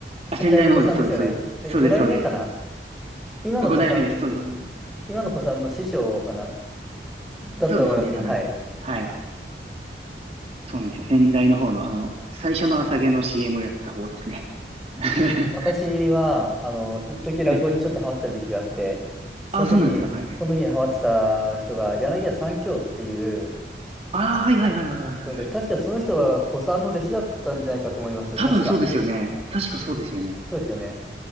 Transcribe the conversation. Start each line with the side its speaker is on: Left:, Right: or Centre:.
Centre: 先代の子さんですよね。
Right: あ、先代の方です、そうです、そうです、
Centre: え、
Right: そうです、
Centre: 5代目かな
Right: そうです。
Centre: 今の子さん、
Right: 五代目です、そうです。
Centre: 今の子さんの師匠かなだと思います。
Right: そうですね、多分。
Centre: はい。
Right: はい。そうなんですよ。先代の方の、あの、最初の朝毛の CM をやってた方ですね。<laughs> は
Centre: あの私は、あの、一時落語にちょっとハマってた時期があって、
Right: いはい。
Centre: その時に、
Right: あ、そうなんですか。はいはい。
Centre: その時にハマってた人が、柳家三喬っていう、
Right: ああ、はいはいはいはいはいはいはい。
Centre: 人で、確かその人は古参の弟子だったんじゃないかと思います。
Right: 多分そうですよね。
Centre: 確か。
Right: 確かそうですよね。
Centre: そうですよね。